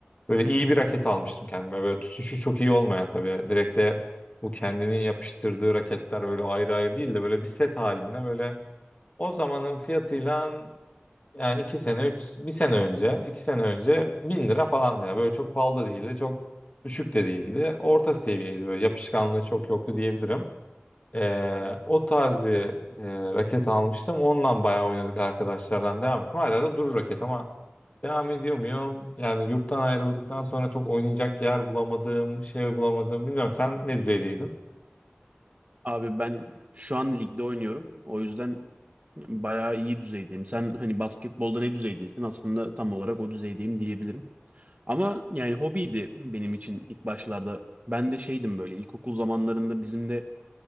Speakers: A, on the left (about 35°); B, on the right (about 35°).
A: Böyle iyi bir raket almıştım kendime. Böyle tutuşu çok iyi olmayan tabii. Direkt de bu kendinin yapıştırdığı raketler böyle ayrı ayrı değil de böyle bir set halinde böyle o zamanın fiyatıyla yani iki sene, üç, bir sene önce, iki sene önce bin lira falandı ya. Böyle çok pahalı da değildi, çok düşük de değildi. Orta seviyeydi böyle yapışkanlığı çok yoktu diyebilirim. Ee,
B: hı.
A: o tarz bir e, raket almıştım. Ondan bayağı oynadık arkadaşlarla devam ettim. Hala da durur raket ama devam ediyor muyum? Yani yurttan ayrıldıktan sonra çok oynayacak yer bulamadım, şey bulamadım. Bilmiyorum sen ne düzeydeydin?
B: Abi ben şu an ligde oynuyorum. O yüzden bayağı iyi düzeydeyim. Sen hani basketbolda ne düzeydeysin? Aslında tam olarak o düzeydeyim diyebilirim. Ama yani hobiydi benim için ilk başlarda. Ben de şeydim böyle ilkokul zamanlarında bizim de